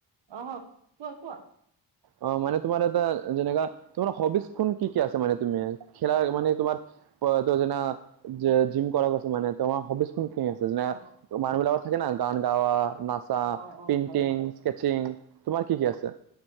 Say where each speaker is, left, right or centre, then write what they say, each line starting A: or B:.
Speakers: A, on the right; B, on the right.
A: অহ কোৱা কোৱা?
B: অ মানে তোমাৰ এটা যেনেকা তোমাৰ হবিচ খোন কি কি আছে মানে তুমি? খেলা মানে তোমাৰ প ত যেনা যে জিম কৰা গৈছে মানে তোমাৰ হবিছ হু ঠিক আছে যে
A: অ',
B: মানুহবিলাকৰ থাকে না গান গাৱা, নাচা,
A: অ', অ',
B: পিণ্টিং,
A: হয় হয়।
B: স্কে চিং, তোমাৰ কি কি আছে?